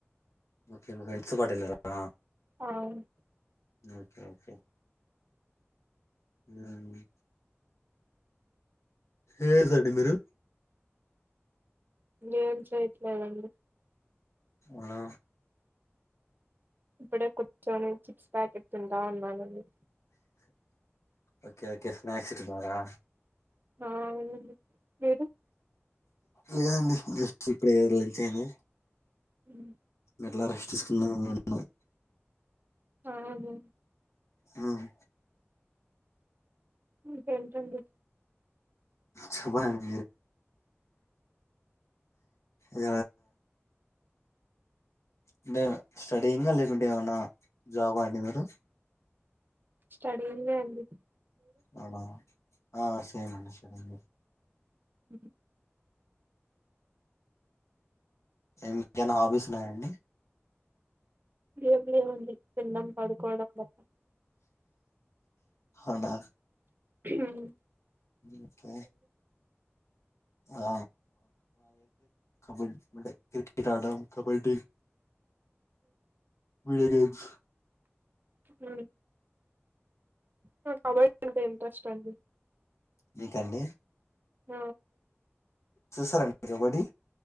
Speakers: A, on the left; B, on the right.
A: ఓకే <unintelligible> సుబాట్ వెళ్ళార
B: అవున్
A: ఓకే ఓకే ఎడ ఉంది ఏం చేస్తున్నారండి మీరు
B: ఏం చేయట్లేదండి
A: ఉన
B: ఇప్పుడే కూర్చొని చిప్స్ ప్యాకెట్ తింటా ఉన్నానండి
A: ఓకే ఓకే స్నాక్స్ తింటున్నారా
B: అవును అండి మీరు
A: లేదండి జెస్ట్ ఇప్పుడే లంచ్ అయింది
B: ఉను
A: అట్లా రెస్ట్ తీసుకున్నాందమాని అన్నావ్
B: కాదు
A: మ్మ్
B: ఇంకేంటి అండి
A: చెప్పండి ఇగ అంటే స్టడీంగా లేకుంటే ఏమనా జాబ అండి మీరు
B: స్టడీ ఏంటండీ
A: అవునా ఆ సేమే అండి
B: అ
A: నీకేమైనా హాబీస్ ఉన్నాయండి
B: ఏం లేవండి తినడం పడుకోవడం తప్ప
A: అవునా
B: ముహు
A: ఓకే ఆ కబడ్డి ఆడడం క్రికెట్ ఆడడం వీడియోస్
B: హ నాకు కబడ్డీ అంటే ఇంట్రెస్ట్ అండి
A: మీకండి
B: ఆ
A: చూసారండి కబడ్డీ